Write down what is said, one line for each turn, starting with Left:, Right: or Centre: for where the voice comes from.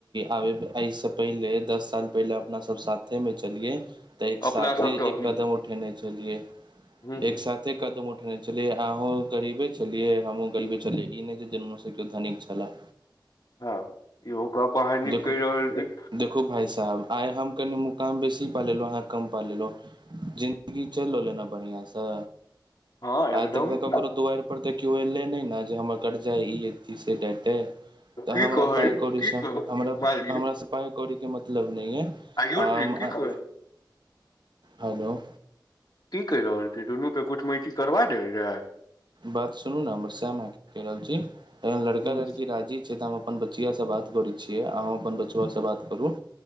Right: आब एहिसँ पहिले दस साल पहिले। पहिले अपना सब साथे में चलिये तऽ एक साथे
Left: अपना सब तऽ
Right: एक कदम उठेने छलिए
Left: हूँ हूँ
Right: एक साथ। एते कदम उठने छलियै अहूँ गरीबे छलियै, हमहुं गरीबे छलियै, ई नहि जे केओ जन्मे स धनिके छलैह।
Left: हँ इहो गप्प अहां निक
Right: देखू
Left: कैह रहल छी।
Right: देखू भााय साहेब आइ हम कनि मुकाम बेसी पा लेलौंह अहाँ कम पा लेलौंह
Left: छी
Right: जिंन्दगी चैलि रहल अइ ने बढ़ियां स।
Left: हँ एकदम
Right: आ तक त ककरो दुआरि पर तऽ केओ एले नहि न जे हमर करजा ई से डेटे, ताँ
Left: की
Right: हमरा
Left: कहल
Right: पाइ-कोड़ी
Left: की
Right: से
Left: कह
Right: हमरा-हमरा
Left: मालिक
Right: से पाइ-कोड़ी नै अय
Left: आयुष
Right: आ
Left: जी की कह
Right: हेलो।
Left: की कहि रहल छी, दुनूके कुटमैती करबा देल जाय।
Right: बात सुनू ने हमर सैह बात कैह रहल छी, एन लड़का
Left: हूँ
Right: लड़की राजी छै तऽ हम अपन बचिआासँ बात करै छियै, आहां अपन बचबा से बात करु